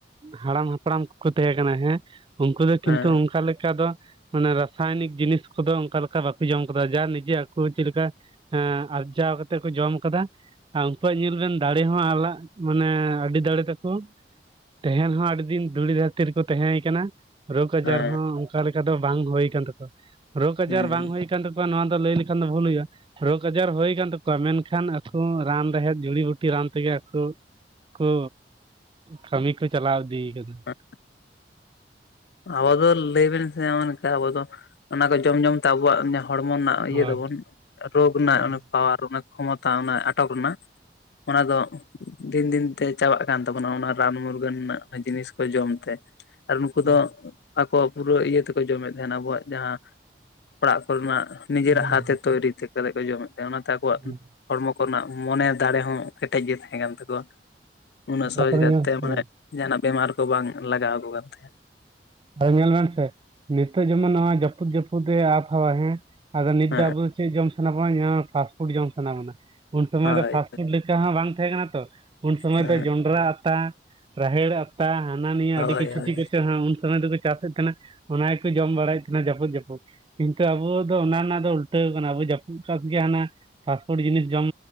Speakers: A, on the right; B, on the left.
A: ᱦᱟᱲᱟᱢ ᱦᱟᱯᱲᱟᱢ ᱠᱚᱠᱚ ᱛᱟᱦᱮᱸ ᱠᱟᱱᱟ ᱦᱮᱸ ᱩᱱᱠᱩ ᱫᱚ ᱠᱤᱱᱛᱩ
B: ᱦᱮᱸ
A: ᱚᱱᱠᱟ ᱞᱮᱠᱟ ᱫᱚ ᱢᱟᱱᱮ ᱨᱟᱥᱟᱭᱚᱱᱤᱠ ᱡᱤᱱᱤᱥ ᱠᱚᱫᱚ ᱚᱱᱠᱟ ᱞᱮᱠᱟ ᱵᱟᱠᱚ ᱡᱚᱢ ᱠᱟᱫᱟ ᱡᱟ ᱱᱤᱡᱮ ᱟᱠᱚ ᱪᱮᱫ ᱞᱮᱠᱟ ᱦᱮᱸ ᱟᱨᱡᱟᱣ ᱛᱮᱠᱚ ᱡᱚᱢ ᱠᱟᱫᱟ ᱟᱨ ᱩᱱᱠᱩᱣᱟᱜ ᱧᱮᱞ ᱵᱤᱱ ᱫᱟᱲᱮ ᱦᱚᱸ ᱟᱞᱟᱜ ᱢᱟᱱᱮ ᱟᱹᱰᱤ ᱫᱟᱲᱮ ᱛᱟᱠᱚ ᱾ ᱛᱟᱦᱮᱱ ᱦᱚᱸ ᱟᱹᱰᱤ ᱫᱤᱱ ᱫᱷᱩᱲᱤ ᱫᱷᱟᱹᱨᱛᱤ ᱨᱮᱠᱚ ᱛᱟᱦᱮᱸᱭ ᱠᱟᱱᱟ ᱾ ᱨᱳᱜᱽ ᱟᱡᱟᱨ
B: ᱦᱮᱸ
A: ᱦᱚᱸ ᱚᱱᱠᱟ ᱞᱮᱠᱟ ᱫᱚ ᱵᱟᱝ ᱦᱩᱭ ᱟᱠᱟᱱ ᱛᱟᱠᱚᱣᱟ ᱨᱳᱜᱽ ᱟᱡᱟᱨ
B: ᱦᱩᱸ
A: ᱵᱟᱝ ᱦᱩᱭ ᱛᱟᱠᱚᱣᱟ ᱱᱚᱣᱟ ᱫᱚ ᱞᱟᱹᱭ ᱞᱮᱠᱷᱟᱱ ᱫᱚ ᱵᱷᱩᱞ ᱦᱩᱭᱩᱜᱼᱟ ᱨᱳᱜᱽ ᱟᱡᱟᱨ ᱦᱩᱭ ᱟᱠᱟᱱ ᱛᱟᱠᱚ ᱢᱮᱱᱠᱷᱟᱱ ᱟᱠᱚ ᱨᱟᱱ ᱨᱮᱦᱮᱫ ᱡᱩᱲᱤ ᱵᱩᱴᱤ ᱨᱟᱱ ᱛᱮᱜᱮ ᱟᱠᱚ ᱠᱚ ᱠᱟᱢᱤ ᱠᱚ ᱪᱟᱞᱟᱣ ᱤᱫᱤ ᱠᱟᱫᱟ ᱾
B: <unintelligible> ᱟᱵᱚ ᱫᱚ ᱞᱟᱹᱭᱵᱤᱱ ᱥᱮ ᱦᱚᱜ-ᱚ ᱱᱚᱠᱟ ᱟᱵᱚ ᱫᱚ ᱚᱱᱟ ᱠᱚ ᱡᱚᱢ ᱡᱚᱢᱛᱮ ᱟᱵᱚᱣᱟᱜ ᱦᱚᱲᱢᱚ ᱨᱮᱱᱟᱜ ᱾ ᱤᱭᱟᱹ
A: ᱦᱳᱭ
B: ᱫᱵᱚᱱ ᱨᱳᱜᱽ ᱨᱮᱱᱟᱜ
A: ᱦᱳᱭ
B: ᱚᱱᱟ ᱯᱟᱣᱟᱨ ᱚᱱᱟ ᱠᱷᱚᱢᱚᱛᱟ ᱚᱱᱟ ᱟᱴᱚᱠ ᱨᱮᱱᱟᱜ ᱾ ᱚᱱᱟ ᱫᱚ ᱫᱤᱱ ᱫᱤᱱ ᱛᱮ ᱪᱟᱵᱟᱜ ᱠᱟᱱ ᱛᱟᱵᱚᱱᱟ ᱚᱱᱟ ᱨᱟᱱ ᱢᱩᱨᱜᱟᱹᱱ ᱨᱮᱱᱟᱜ ᱡᱤᱱᱤᱥ ᱠᱚ ᱡᱚᱢ ᱛᱮ ᱾
A: ᱛᱟᱠᱚᱣᱟ
B: ᱩᱱᱠᱩ ᱫᱚ ᱟᱠᱚᱣᱟᱜ ᱯᱩᱨᱟᱹ ᱤᱭᱟᱹ ᱛᱮᱠᱚ ᱡᱚᱢᱮᱫ ᱛᱟᱦᱮᱱᱟ ᱟᱵᱚᱣᱟᱜ ᱡᱟᱦᱟᱸ ᱚᱲᱟᱜ ᱠᱚᱨᱮᱱᱟᱜ ᱾ ᱱᱤᱡᱮᱨᱟᱜ
A: ᱦᱩᱸ
B: ᱦᱟᱛᱮ ᱛᱳᱭᱨᱤ ᱛᱮ ᱯᱟᱞᱮᱫ ᱠᱚ ᱡᱚᱢᱮᱫ ᱛᱟᱦᱮᱸ ᱚᱱᱟᱛᱮ ᱟᱠᱚᱣᱟᱜ
A: ᱦᱩᱸ
B: ᱦᱚᱲᱢᱚ ᱠᱚᱨᱮᱱᱟᱜ ᱢᱚᱱᱮ ᱫᱟᱲᱮ ᱦᱚᱸ ᱠᱮᱴᱮᱡ ᱜᱮ ᱛᱟᱦᱮᱸ ᱠᱟᱱ ᱛᱟᱠᱚᱣᱟ ᱩᱱᱟᱹᱜ ᱥᱚᱦᱚᱡᱽ
A: ᱛᱟᱯᱚᱨᱮ
B: ᱠᱟᱨᱛᱮ
A: ᱦᱮᱸ
B: ᱢᱟᱱᱮ ᱾ ᱡᱟᱦᱟᱱᱟᱜ ᱵᱮᱢᱟᱨ ᱠᱚ ᱵᱟᱝ ᱞᱟᱜᱟᱣ ᱟᱠᱩ ᱠᱟᱱ ᱛᱟᱦᱮᱸᱫ ᱾
A: ᱟ ᱧᱮᱞ ᱵᱮᱱ ᱥᱮ ᱱᱤᱛᱚᱜ ᱡᱮᱢᱚᱱ ᱱᱚᱣᱟ ᱡᱟᱹᱯᱩᱫ ᱡᱟᱹᱯᱩᱫ ᱮ ᱟᱵ ᱦᱟᱣᱟ ᱦᱮᱸ ᱟᱫᱚ ᱱᱤᱛ
B: ᱦᱮᱸ
A: ᱫᱚ ᱟᱵᱚ ᱪᱮᱫ ᱡᱚᱢ ᱥᱟᱱᱟ ᱵᱚᱱᱟ <unintelligible> ᱯᱷᱟᱥᱴ ᱯᱷᱩᱰ ᱡᱚᱢ ᱥᱟᱱᱟ ᱵᱚᱱᱟ ᱾ ᱩᱱ ᱥᱚᱢᱚᱭ
B: ᱦᱳᱭ
A: ᱫᱚ ᱯᱷᱟᱥᱴ ᱯᱷᱩᱰ ᱞᱮᱠᱟ ᱦᱚᱸ ᱵᱟᱝ ᱛᱟᱦᱮᱸ ᱠᱟᱱᱟ ᱛᱚ ᱩᱱ ᱥᱚᱢᱚᱭ
B: ᱦᱮᱸ
A: ᱫᱚ ᱡᱚᱱᱰᱨᱟ ᱟᱛᱟ ᱾ ᱨᱟᱦᱮᱲ ᱟᱛᱟ ᱦᱟᱱᱟ ᱱᱤᱭᱟᱹ
B: ᱦᱳᱭ
A: ᱟᱰᱤ ᱠᱤᱪᱷᱩ
B: ᱦᱳᱭ
A: ᱪᱮᱫ ᱠᱟᱪᱚ ᱦᱟᱸᱜ ᱩᱱ ᱥᱚᱢᱚᱭ ᱫᱚᱠᱚ ᱪᱟᱥᱮᱫ ᱛᱟᱦᱮᱱᱟ ᱚᱱᱟ ᱜᱮᱠᱚ ᱡᱚᱢ ᱵᱟᱲᱟᱭᱮᱫ ᱚᱱᱟ ᱡᱟᱹᱯᱩᱫ ᱡᱟᱹᱯᱩᱫ, ᱠᱤᱱᱛᱩ ᱟᱵᱚ ᱫᱚ ᱚᱱᱟ ᱨᱮᱱᱟᱜ ᱫᱚ ᱩᱞᱴᱟᱹᱣ ᱠᱟᱱᱟ ᱟᱵᱚ ᱡᱟᱹᱯᱩᱫ ᱪᱟᱥ ᱜᱮ ᱦᱟᱱᱟ ᱯᱷᱟᱥᱯᱷᱳᱰ ᱡᱤᱱᱤᱥ ᱡᱚᱢ